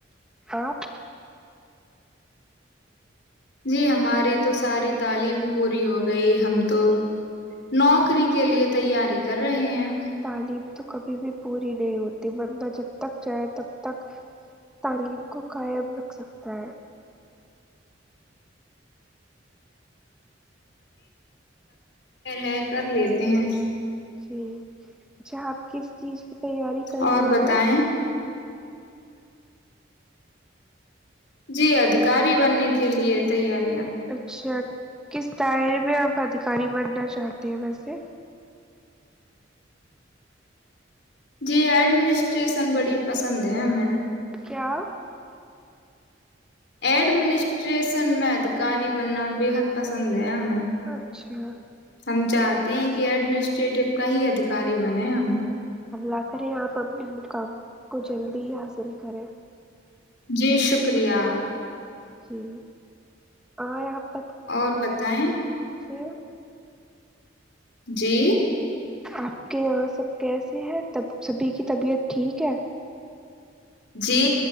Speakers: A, in the centre; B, on the left.
A: آپ
B: جی ہماری تو ساری تعلیم پوری ہو گئی ہم تو نوکری کے لیے تیاری کر رہے ہیں
A: تعلیم تو کبھی بھی پوری نہیں ہوتی مرندہ جب تک جائے تب تک تعلیم کو قائم رکھ سکتا ہے
B: جییر ہے کر لیتے ہیں
A: جی جہپ کس چیز کی تیاری کر
B: اور
A: رہے
B: بتائیں
A: ہیں
B: جی ادکاری بننے کے لیے تیاری
A: اچھا کس دائرے میں آپ ادھیکاری بننا چاہتے د ب سے
B: جی ایڈمنسٹریشن بڑی پسند ہے ہمیں
A: کیا
B: ایڈمنسٹریشن میں ادھیکاری بننا بےحد پسند ہے ہمیں
A: اچھا
B: ہم چاہتے ہیں کہ ایڈمنسٹریٹو کا ہی ادیکاری بنے ہم
A: اللہ کرے آپ اپنے مقام کو جلدی ہی حاصل کریں
B: جی شکریہ
A: جی اور آپ
B: اور بتائیں
A: کی
B: جی
A: آپ کے یہاں سب کیسے ہےب سبھی کی طبیعت ٹھیک ہے
B: جی